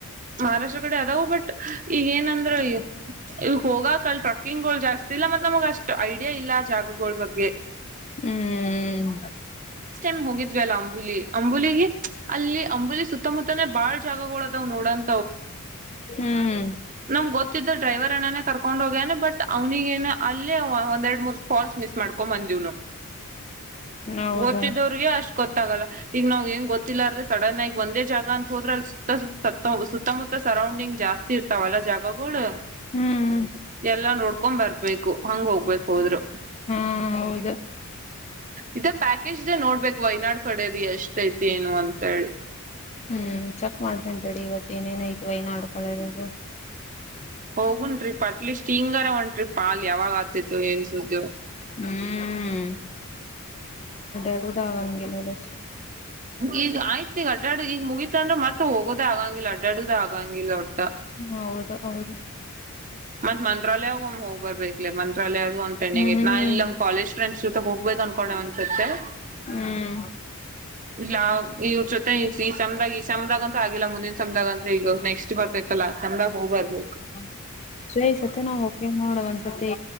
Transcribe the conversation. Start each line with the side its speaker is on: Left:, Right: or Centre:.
Right: ಮಹಾರಾಷ್ಟ್ರ ಕಡೆ ಅದವು ಬಟ್ ಈಗಏನಂದ್ರ ಈ ಇ ಹೋಗಕ್ ಅಲ್ ಟ್ರಕ್ಕಿಂಗ್ಗಳು ಜಾಗಸ್ತಿ ಇಲ್ಲ ಮತ್ತ ನಮಗ ಅಷ್ಟು ಐಡಿಯಾ ಇಲ್ಲ ಜಾಗಗಳ ಬಗ್ಗೆ
Left: ಹ್ಮ್ ಹ್ಮ್
Right: ನ್ ಹೋಗಿದ್ವಿ ಅಲ್ಲ ಅಂಬುಲಿ ಅಂಬುಲಿಿಗೆ ಅಲ್ಲಿ ಅಂಬುಲಿ ಸುತ್ತಮುತ್ತನೇ ಬಾಳ್ ಜಾಗಗಳದಾವ್ ನೋಡನ್
Left: ಹ್ಮ್
Right: ನಮ್ ಗೊತ್ತ ಡ್ರೈವರ್ ಣನಾನೇ ಕರ್ಕೊಂಡ್ ಹೋಗ್ಯನೆ ಬಟ್ ಅವನಿಗೇನು ಅಲ್ಲೇ ಒಂದೆರಡ್ ಮೂರ್ ಫಾಲ್ಸ್ ಮಿಸ್ ಮಾಡ್ಕೊಂಡ್ ಬಂದ್ವಿ
Left: ಹೌದ
Right: ತ್ತಿದವ್ರಿಗೆ ಅಷ್ಟ್ ಗೊ ಗೊತ್ತಾಗಲ್ಲ ಈಗ ನಾವ್ ಏನ್ ಗೊತ್ತಿಲ್ಲ ಅ್ರ ಸಡನ್ ಆಗಿ ಒಂದೇ ಜಾಗ ಅಂತ ಹೋದ್ರೆ ಅ ಸುತ್ತಮುತ್ತ ಸರೌಂಡಿಂಗ್ ಜಾಸ್ತಿ ಇರ್ತಾವಲ್ಲ ಜಾಗಗಳು
Left: ಹ್ಮ್
Right: ಎಲ್ಲಾ ನೋಡ್ಕೊಂಡ್ ಬರ್ಬೇಕು ಹಂಗ ಹೋಗ್ಬೇಕು ಹೋದ್ರು
Left: ಹಾ ಹೌದು
Right: ಇದೇ ಪ್ಯಾಕೇಜ್ ನೋಡ್ಬೇಕು ವಯನಾಡ್ ಕಡೆ ರ ಎಷ್ಟ ಐತಿ ಏನು ಅಂತೇಳಿ
Left: ಹ್ಮ್ ಚೆಕ್ ಮಾಡ್ತೇಂತೇಳ ಇವತ್ತ ಏನೇನಯತವ ಏನ್ ಆಡ್ಕಳರದು
Right: ಹೋಗುನ್ ಟ್ರಿಪ್ ಅಟ್ಲೀಸ್ಟ್ ಹಿಂಗಾರ ಒಂ ಟ್ರಿಪ್ ಪಾಲ್ ಯಾವಾಗ ಆತಿತ್ತು ಏನ್ ಸುದ್ದಿ
Left: ಹ್ಮ್ ಎಡದಾಗ ಏನದು
Right: ಈಗ ಆಯ್ತ ಈಗ ಅಡ್ಡ ಈಗ ಮುಗಿತತ ಅಂದ್ರೆ ಮತ್ತೆ ಹೋಗೋದೇ ಆಗಂಗಿಲ್ಲ ಅಡ್ಡಾಡುದ ಆಗಂಗಿಲ್ಲ ಒಟ್ಟ
Left: ಹೌದು ಹೌದು
Right: ಮತ್ ಮಂತ್ರಾಲಯಾಗ ಒ ಹೋಗ್ಬರ್ಬೇಕಕ್ ಮಂತ್ರಾಲಯದ ಒಂದ ಪೆಂಡಿಂಗ್
Left: ಹ್ಮ್
Right: ಇ ನಾ ಇಲ್ಲಿ ನಮ ಕಾಲಜ್ ಫ್ರೆಂಡ್ಸ್ ಹೋಗ್ಬೇಕು ಅನ್ಕೊಂಡೆ ಒನ್ಸತ್ತೆಮ
Left: ಹ್ಮ್
Right: ಇಲ್ಲ ಇವ್ರ ಜೊತೆ ಈ ಸಮದಾಗ ಈ ಸಮದಾಗಂತೂ ಆಗಿಲ್ಲ ಮುಂದಿನ ಸಮ್ದಾಗ ಅಂತ ಈಗ ನೆಕ್ಸ್ಟ್ ಬರ್ತೈತಲ್ಲ ಚ ಹೋಗಬರ್ಬೋದು
Left: ಹ ಸ ಈ ಸತ್ತ ನಾವು ಓಕ ನೋಡ ಒಂದ್ಸ ಸತಿ